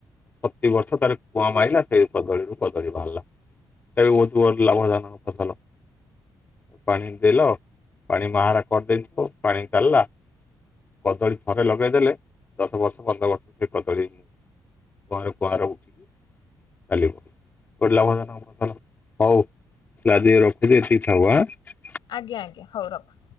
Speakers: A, on the left; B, on the left.
A: ପ୍ରତି ବର୍ଷ ତାର କୁଆଁ ମାଇଲା ସେଇ କଦଳୀରୁୁ। କଦଳୀ ବାହାରିଲା ସେଟା ବି ବୋହୁତ୍ ଲାଭଜାନ ଫସଲ। ପାଣି ଦେଲ ପାଣି ମାହାରା କରିଦେଇଥିବ, ପାଣି ଚାଲିଲା କଦଳୀ ଥରେ ଲଗେଇଦେଲେ, ଦଶ ବର୍ଷ ପନ୍ଦର ବର୍ଷ ସେ କଦଳୀ କୁଆର କୁଆଁର ଉଠିକି ଚାଲିବ। ପରି ଲାଭ ଜନକ ଫସଲ। ହୋଉ ଆଜି ରଖୁଚି ଏତିକି ଥାଉ ଆ।
B: ଆଜ୍ଞା ଆଜ୍ଞା, ହଉ ରଖ।